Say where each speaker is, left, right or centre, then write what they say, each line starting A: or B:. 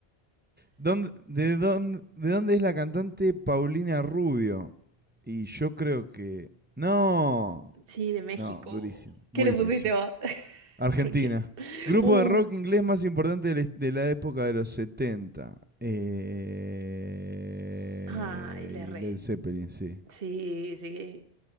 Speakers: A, on the right (about 15°); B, on the right (about 65°).
A: ¿Dónde- de, dónde, ¿De dónde es la cantante Paulina Rubio? Y yo creo que... No.
B: Sí, de México.
A: No, durísimo.
B: ¿Qué
A: Muy
B: le
A: difícil.
B: pusiste vos?
A: Argentina.
B: <laughs> Cualquiera.
A: Grupo
B: Uh,
A: de rock inglés más importante de la, his- de la época de los 70. Eh...
B: ay, le erré.
A: y Led Zeppelin, sí.
B: Sí, sí.